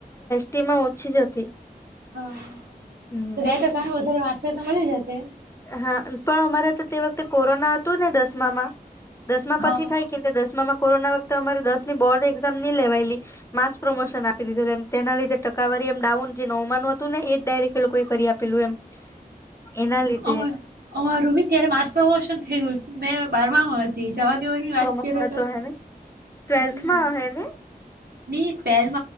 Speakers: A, on the left; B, on the right.
A: તીમા ઓછી જ હતી.
B: હા
A: હમ
B: તો બે ટકાનું વધારે વ્યાજ તે તો મળી જશે
A: હા પણ અમારા તો તે વખતે કોરોના હતું ને દસમામાં દસમા
B: હા
A: પછી થાય કેટલે દસમામાં કોરોના વખતે અમારે દસ ની બોર્ડ એક્ઝામ ન લેવાયેલી માસ પ્રમોશન આપી દીધું એમ તેના લીધે ટકાવારી એમ ડાઉન જે નવમાંનું હતું ને એ જ ડાયરેક્ટ એ લોકોએ કરી આપેલું એમ એના લીધે
B: અ અ રૂમી ત્યારે માસ્ પ્રમોશન થયયું મેં બારમા માં હતી. જવા દેવાની વાત
A: પ્રમોશન
B: કર
A: હતો
B: તો,
A: હેને ટ્વેલ્થમાં
B: હમ
A: હે ને
B: ની ટ્વેલ્વથ